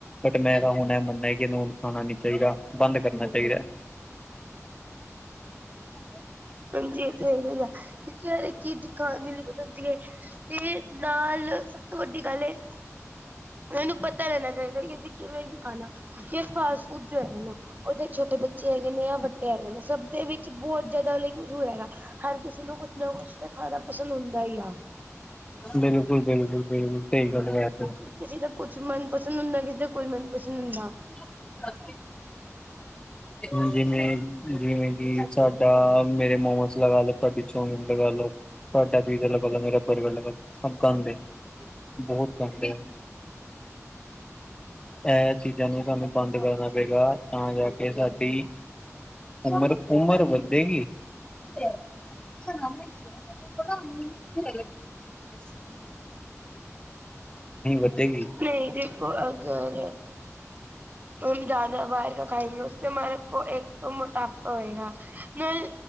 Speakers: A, on the left; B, on the right.
A: ਬਟ ਮੈਂ ਤਾਂ ਹੁਨਾ ਐ ਮੰਨਿਆ ਕਿ ਇਨੂੰ ਖਾਨਾ ਨੀ ਚਾਈਦਾ, ਬੰਦ ਕਰਨਾ ਚਾਈਦਾ ਐ। <inaudible>
B: ਹਾਂਜੀ ਏ ਤੇ ਹੈਗਾ ਈ ਐ, ਕਿਉਂਕਿ ਹਰ ਇੱਕ ਚੀਜ਼ ਖਾਨਾ ਦੇ ਲਈ ਹੁੰਦੀ ਏ ਤੇ ਨਾਲ ਸਭ ਤੋਂ ਵੱਡੀ ਗੱਲ ਏ ਏਨੂੰ ਪਤਾ ਰੈਨਾ ਚਾਈਦਾ ਕਿ ਅਸੀਂ ਕਿਉਂ ਨਈ ਖਾਨਾ ਕਿ ਫਾਸਟ ਫੂਡ ਜੋ ਹੈ ਨਾ ਓਦੇ ਛੋਟੇ ਬੱਚੇ ਹੈਗੇ ਨੇ ਯਾ ਵੱਡੇ ਹੈਗੇ ਨੇ ਸਭ ਦੇ ਵਿੱਚ ਬੋਤ ਜਾਦਾ ਲਾਈਕ ਮਸਹੂਰ ਹੈਗਾ, ਹਰ ਕਿਸੇ ਨੂੰ ਕੁਛ ਨਾ ਕੁਛ ਤੇ ਖਾਨਾ ਪਸੰਦ ਹੁੰਦਾ ਈ ਆ।
A: ਬਿਲਕੁਲ, ਬਿਲਕੁਲ, ਬਿਲਕੁਲ, ਸਈ ਗੱਲ ਐ ਤੇ।
B: ਕਿਸੀਂ ਦਾ ਕੁਛ ਮਨਪਸੰਦ ਹੁੰਦਾ, ਕਿਸੇ ਦਾ ਕੋਈ ਮਨਪਸੰਦ ਹੁੰਦਾ।
A: <inaudible> ਹੁਨਾ ਜਿਵੇਂ-ਜਿਵੇਂ ਕਿ ਸਾਡਾ ਮੇਰੇ ਮੋਮੋਸ ਲਗਾ ਲੋ ਤਾ, ਤੁਆੜੀ ਚੋਮੀਨ ਲਗਾ ਲੋ। ਤੁਆਡਾ ਪੀਜ਼ਾ ਲਗਾ ਲੋ, ਮੇਰਾ ਬਰਗਰ ਲਗਾ ਲੋ, ਸਭ ਗੰਦ ਏ, ਬੋਹਤ ਗੰਦ ਏ, ਐ ਚੀਜ਼ਾਂ ਨੂੰ ਸਾਨੂੰ ਬੰਦ ਕਰਨਾ ਪਏਗਾ ਤਾਂ ਜਾ ਕੇ ਸਾਡੀ ਉਮਰ, ਉਮਰ ਵਦੇਗੀ। <unintelligible> ਵਧੇਗੀ
B: ਨਈ ਦੇਖੋ, ਅਗਰ ਹੁਨ ਜਾਦਾ ਬਾਰ ਦਾ ਖਾਂਏਗੇ, ਉਸ ਸੇ ਹਮਾਰਾ ਦੇਖੋ ਏਕ ਤੋ ਮੋਟਾਪ ਹੋਏਗਾ ਨਾਲ,